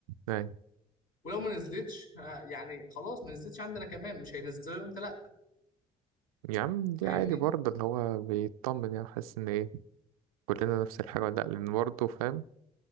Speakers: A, on the right; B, on the left.
A: يعني
B: ولو ما نزلتش آه، يعني خلاص ما نزلتش عندنا كمان مش هينزلها وانت لا
A: يا عم دي
B: فاهمني
A: عادي برضه اللي هو بيطمن يعني حاسس ان ايه كلنا نفس الحاجه ولا لا لان برضه فاهم